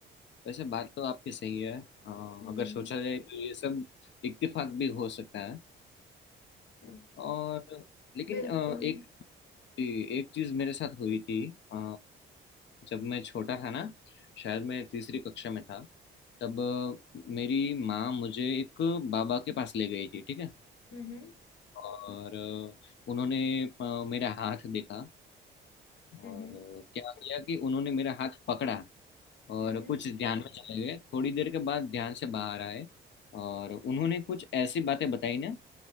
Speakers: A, on the left; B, on the left.
A: वैसे बात तो आपकी सही है अ,
B: हम्म
A: अगर सोचा जाए तो ये सब इत्तेफाक भी हो सकता है
B: हम्म,
A: और लेकिन
B: बिल्कुल
A: अ, एक एक चीज मेरे साथ हुई थी अ, जब मैं छोटा था ना शायद मैं तीसरी कक्षा में था तब अ, मेरी माँ मुझे एक बाबा के पास ले गई थी ठीक है
B: हम्म
A: और अ, उन्होंने अ, मेरा हाथ देखा
B: हम्म
A: और
B: हम्म
A: अ, क्या किया कि उन्होंने मेरा हाथ पकड़ा और
B: हम्म
A: कुछ ध्यान में चले गए थोड़ी देर के बाद ध्यान से बाहर आए और उन्होंने कुछ ऐसी बातें बताई ना